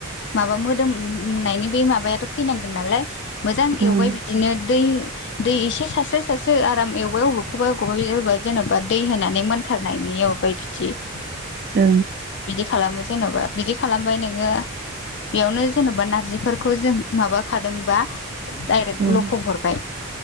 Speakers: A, on the left; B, on the right.
A: माबा मोदोम नायनि बे माबायाथ' फैनांगोन नालाय मोजां
B: ओं
A: एवबाय बिदिनो दै दै एसे सास्र सारस्रि आराम एवबाय अबेखौबा एबायबा जेन'बा दै होनानै मोनथारनाय एवबाय बेदो
B: औ
A: खालामो जेन'बा बिदि खालामबाय नोङो बेयावनो जेन'बा नारजिफोरखौ जों माबाखादोंबा डायरेक्ट
B: ओं
A: लख' हरबाय